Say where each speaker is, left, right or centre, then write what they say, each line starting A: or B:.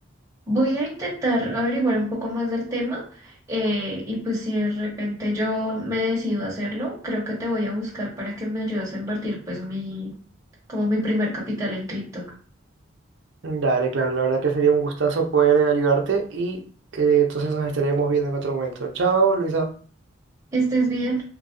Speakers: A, on the right; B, on the right.
A: Voy a intentar averiguar un poco más del tema eh, y pues si de repente yo me decido a hacerlo, creo que te voy a buscar para que me ayudes a invertir pues mi, como mi primer capital en cripto.
B: Dale, claro, la verdad que sería un gustazo poder ayudarte y eh, entonces nos estaremos viendo en otro momento. Chao, Luisa.
A: ¿Estés bien?